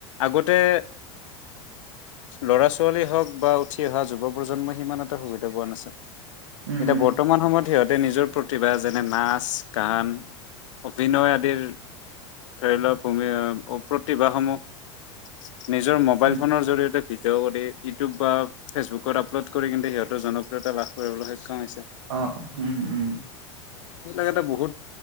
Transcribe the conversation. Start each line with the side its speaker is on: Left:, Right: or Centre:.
Left: আগতে তে ল'ৰা ছোৱালী হওক বা উঠি অহা যুৱ প্ৰজন্মই সিমান এটা সুবিধা পোৱা নাছিল।
Right: উম,
Left: এতিয়া বৰ্তমান সময়ত সিহঁত তে নিজৰ প্ৰতিভা যেনে নাচ, গান, অভিনয় আদিৰ ধৰি লওক, ভূমি প্ৰতিভাসমূহ নিজৰ মোবাইল
Right: উম,
Left: ফোনৰ জৰিয়তে ভিডিঅ' কৰি ইউটিউব বা ফেচবুকত আপলোড কৰি কিন্তু সিহঁৰ জনপ্ৰিয়তা লাভ কৰিবলৈ সক্ষম হৈছে।
Right: অ' হুম উম
Left: সেইবিলাক এটা বহুত